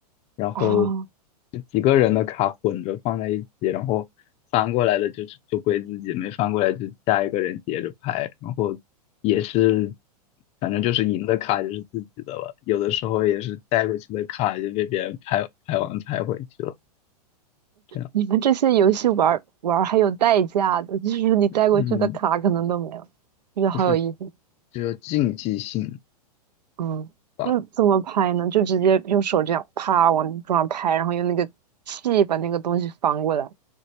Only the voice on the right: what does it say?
哦，
你们这些游戏玩儿玩儿还有代价的，就是你带过去的卡可能都没了，
就是好有意思。
嗯，
那怎么拍呢？就直接用手这样啪往桌上拍，然后用那个气把那个东西翻过来。